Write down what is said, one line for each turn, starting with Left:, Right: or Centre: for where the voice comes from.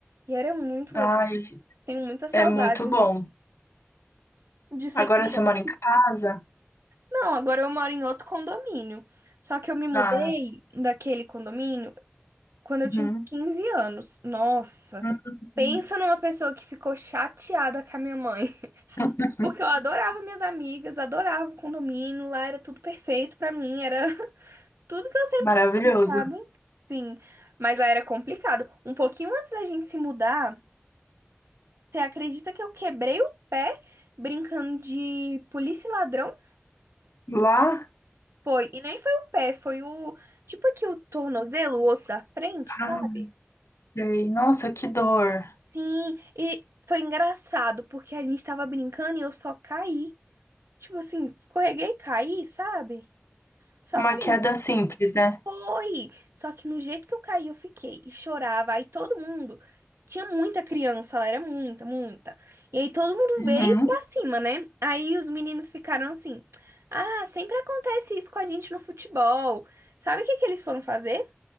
Right: E era muito
Left: Ai,
Right: legal. Tenho muitas
Left: é
Right: saudades
Left: muito bom.
Right: de ser
Left: Agora
Right: criança.
Left: você mora em casa?
Right: Não, agora eu moro em outro condomínio. Só que eu me mudei
Left: Ah,
Right: daquele condomínio quando eu
Left: uhum.
Right: tinha uns 15 anos. Nossa,
Left: <laughs>
Right: pensa numa pessoa que ficou chateada com a minha mãe. <laughs>
Left: Uhum.
Right: Porque eu adorava minhas amigas, adorava o condomínio, lá era tudo perfeito pra mim, era Tudo que eu sempre
Left: Maravilhoso.
Right: quis, sabe? Sim, mas lá era complicado. Um pouquinho antes da gente se mudar, você acredita que eu quebrei o pé brincando de polícia e ladrão?
Left: Lá?
Right: Foi, e nem foi o pé, foi o, tipo aqui o tornozelo, o osso da frente,
Left: Ah,
Right: sabe?
Left: sei. Nossa, que dor.
Right: Sim, e foi engraçado, porque a gente tava brincando e eu só caí. Tipo assim, escorreguei e caí, sabe? Só
Left: Uma
Right: caí.
Left: queda simples, né?
Right: Foi! Só que no jeito que eu caí, eu fiquei e chorava. Aí todo mundo. Tinha muita criança lá, era muita, muita. E aí todo mundo
Left: Uhum.
Right: veio pra cima, né? Aí os meninos ficaram assim: Ah, sempre acontece isso com a gente no futebol. Sabe o que que eles foram fazer?